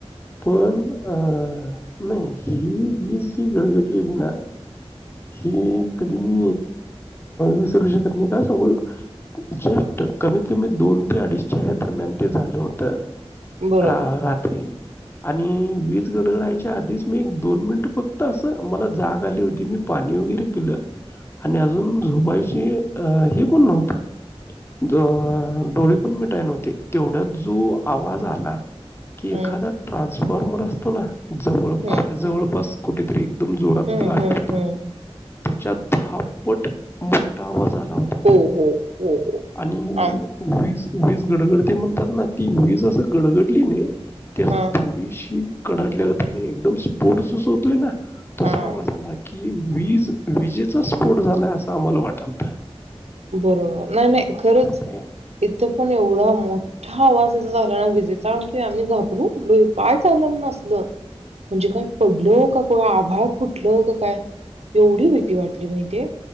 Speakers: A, on the left (about 20°); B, on the right (about 85°).
A: पण अं नाही ही वीज जी गडगडलेली ना हम्म कधी मी विसरू शकत नाही का सांगू जस्ट कमीत कमी दोन ते अडीच च्या हाय दरम्यान ते झालं होतं.
B: बरोबर.
A: रा रात्री आणि वीज गडगडायच्या आधीच मी दोन मिनिट फक्त असं मला जागं आली होती मी पाणी वगैरे पिलं आणि अजून झोपायची अ हे पण नव्हतं जे डोळे पण मिटाय नव्हते तेवढ्यात जो आवाज आला. की
B: हम्म
A: एखादा <unintelligible> फॉर्मर असतो ना जवळ
B: हम्म
A: आपल्या जवळपास कुठेतरी एकदम जोरात
B: हम्म
A: ब्लास्ट
B: हम्म
A: करतात.
B: हम्म.
A: त्यांच्यात दहा पट मोठा आवाज आला होता
B: हो
A: तो
B: हो हो हो
A: आणि
B: आ
A: वीज वीज गडगडते म्हणतात ना ती वीज असं गडगडली ने त्यासं
B: हा
A: थोडीशी कडाडली एकदम स्पोर्टस जसं होतोय ना तसा
B: हा.
A: आवाज आला की वीज विजित स्फोट झालाय असं आम्हाला वाटलत
B: बरोबर नाही-नाही खरंच
A: ते
B: इथं पण एवढा मोठ मोठा आवाज त्याचा झाला ना विजेचा की आम्ही घाबरू हे काय झालं म्हण असलं म्हणजे काय पडलं का आभाळ फुटलं का काय एवढी भीती वाटली माहितेेय